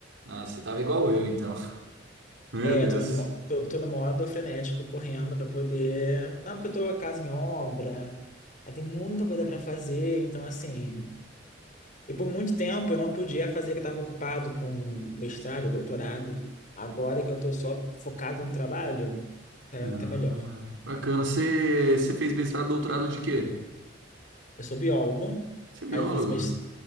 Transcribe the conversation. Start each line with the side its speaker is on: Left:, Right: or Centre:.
Right: Ah, você tava igual eu, então. <laughs> Meu
Left: É,
Right: Deus.
Left: tô no, mo- tô, tô no modo frenético, correndo para poder. Não, porque eu tô a casa em obra, aí tem muita coisa para fazer, então assim. E por muito tempo eu não podia fazer, que eu estava ocupado com mestrado, doutorado. Agora que eu estou só focado no trabalho, tá,
Right: Ah,
Left: tá melhor.
Right: bacana. Você, você fez mestrado, doutorado de quê?
Left: Eu sou biólogo,
Right: Você é biólogo?
Left: aí fiz, mes-